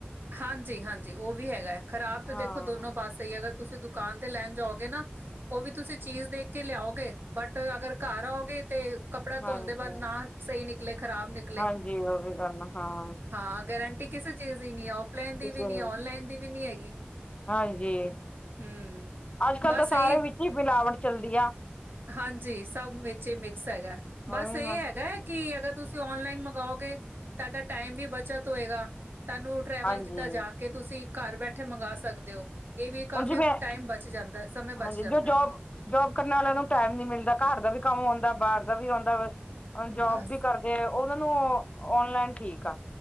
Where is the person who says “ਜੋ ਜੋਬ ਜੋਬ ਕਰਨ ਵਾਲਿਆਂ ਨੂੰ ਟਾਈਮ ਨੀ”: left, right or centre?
Left